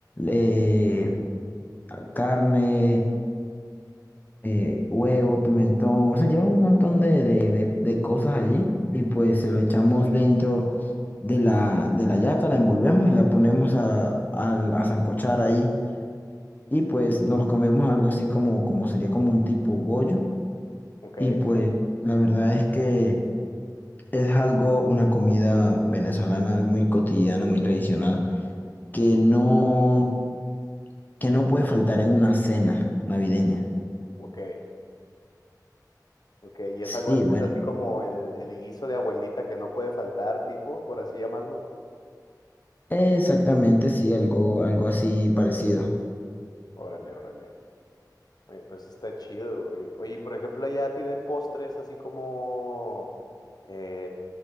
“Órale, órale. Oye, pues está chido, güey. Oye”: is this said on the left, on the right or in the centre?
Left